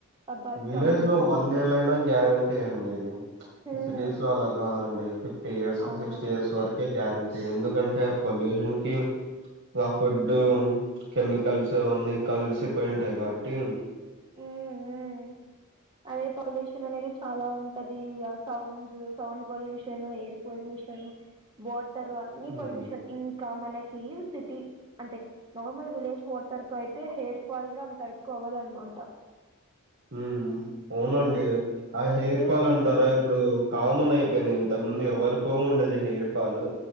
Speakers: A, on the right; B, on the right.
A: ఆ బర్డ్
B: విలేజ్
A: సౌండ్స్
B: లో వందేళ్ళ అయినా గ్యారెంటీ అండి
A: హ్మ్
B: సిటీస్ లో అలాగా కదండి ఫటీ ఇయర్స్ కి
A: అవునవును
B: సిక్స్టీ ఇయర్స్ వరకే గ్యారంటీ ఎందుకంటే పొల్యూషన్ కి ఆ ఫుడ్ కెమికల్స్ అన్నీ కలిసిపోయి ఉంటాయి కాబట్టి
A: ఊ ఊ అదే పొల్యూషన్ అనేది చాలా ఉంటది sounds sound pollution air pollution water అన్ని
B: ఉమ్
A: పొల్యూషన్ ఇంకా మనకి సిటీ అంటే నార్మల్ విలేజ్ వాటర్ తో అయితే హెయిర్ ఫాల్ కూడా అంత ఎక్కువ అవ్వదు అన్నమాట
B: ఊ అవునండి ఆ
A: వస్తే
B: హెయిర్ ఫాల్ అంటారా ఇప్పుడు కామన్ అయిపోయింది ఇంతకు ముందు వరకో ఉండదు హెయిర్ ఫాల్